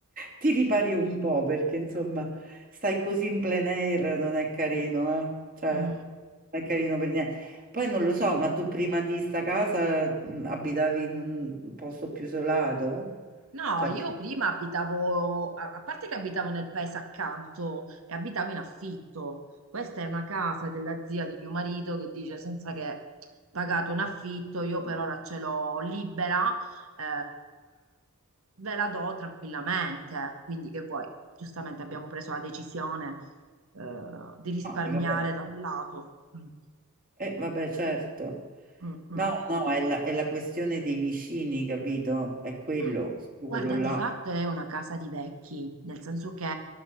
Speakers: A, on the right; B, on the right.
A: ti ripari
B: sì.
A: un po' perché insomma stai così in plein air non è carino, eh? Cioè,
B: Mm.
A: non è carino per niente. Poi non lo so, ma tu prima di sta casa mh, abitavi in un posto più isolato?
B: No,
A: Cioè,
B: io
A: più-
B: prima abitavo, a a parte che abitavo nel paese accanto e abitavo in affitto. Questa è una casa della zia di mio marito che dice senza che pagato un affitto, io per ora ce l'ho libera, eh, ve la do tranquillamente. Quindi che vuoi? Giustamente abbiamo preso la decisione, eh, di risparmiare
A: no, eh, vabbè,
B: da un lato. Mm,
A: eh, vabbè, certo.
B: mm, mm.
A: No, no, è la, è la questione dei vicini, capito? È quello,
B: Ma
A: su quello
B: guarda,
A: là.
B: di fatto è una casa di vecchi, nel senso che